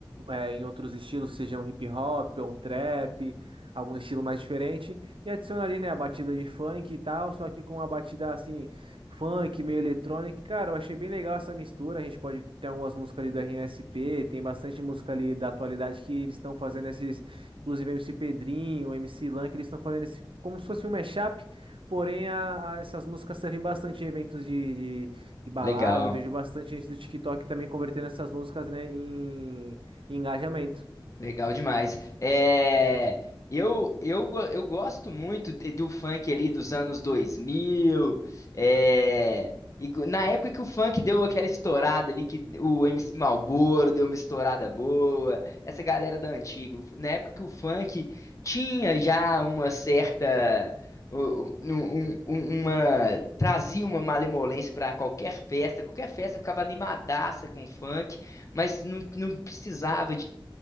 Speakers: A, on the right (about 80°); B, on the left (about 35°).
A: é, em outros estilos, seja um hip hop, ou um trap, algum estilo mais diferente, e adiciona ali, né, a batida de funk e tal, só que com uma batida, assim, funk, meio eletrônica. Cara, eu achei bem legal essa mistura. A gente pode ter algumas músicas ali do RSP, tem bastante música ali da atualidade que eles estão fazendo esses, inclusive MC Pedrinho, MC Lan, que eles estão fazendo esse, como se fosse um mashup. Porém, a- a- essas músicas servem bastante em eventos de, de, de balada.
B: Legal.
A: Eu vejo bastante gente do TikTok também convertendo essas músicas, né, em, em engajamento.
B: Legal demais. É, eu, eu, go- eu gosto muito de- do funk ali dos anos 2000. É, e go- na época que o funk deu aquela estourada ali, que o MC Malboro deu uma estourada boa, essa galera da antiga. o f- Na época que o funk tinha já uma certa. u- u- um- um- um, uma, trazia uma malemolência para qualquer festa, qualquer festa ficava animadaça com funk, mas não, não precisava